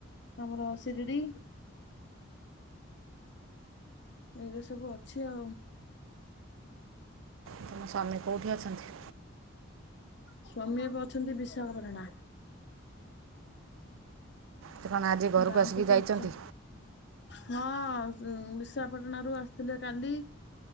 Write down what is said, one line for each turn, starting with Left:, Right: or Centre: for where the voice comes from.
Left: ଆମର ଶିରିଡି। ଏବେ ସବୁ ଅଛି ଆଉ।
Right: ତୁମ ସ୍ୱାମୀ କେଉଁଠି ଅଛନ୍ତି?
Left: ସ୍ୱାମୀ ଏବେ ଅଛନ୍ତି ବିଶାଖାପାଟଣା।
Right: ସେ କଣ ଆଜି ଘରକୁ
Left: ଗାଁକୁ
Right: ଆସିକି
Left: ଏବେ
Right: ଯାଇଛନ୍ତି?
Left: ଆସିଛନ୍ତି ହଁ ବିଶାଖପାଟଣା ରୁ ଆସିଥିଲେ କାଲି